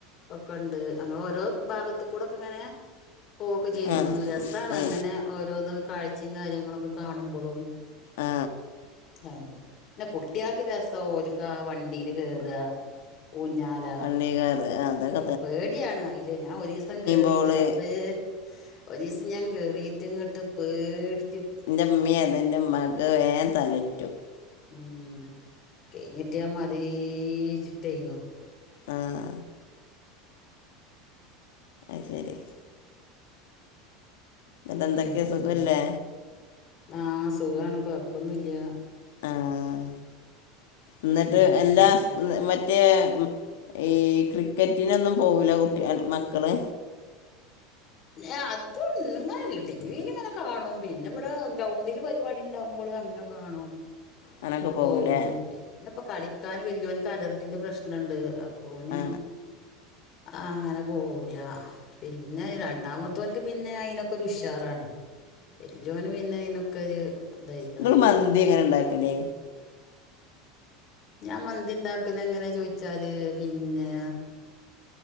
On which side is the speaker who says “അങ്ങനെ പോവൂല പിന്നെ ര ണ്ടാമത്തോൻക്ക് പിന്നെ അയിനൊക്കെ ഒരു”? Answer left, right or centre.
Left